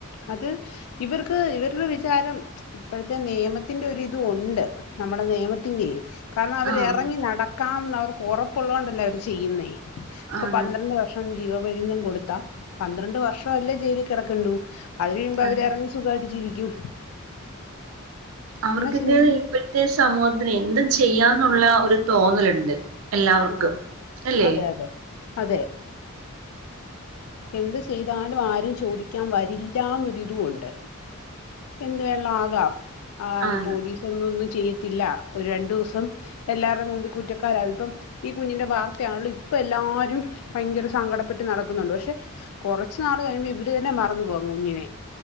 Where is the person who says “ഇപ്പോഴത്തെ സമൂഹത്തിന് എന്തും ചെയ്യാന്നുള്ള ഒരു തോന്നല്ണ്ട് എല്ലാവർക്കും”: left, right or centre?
Right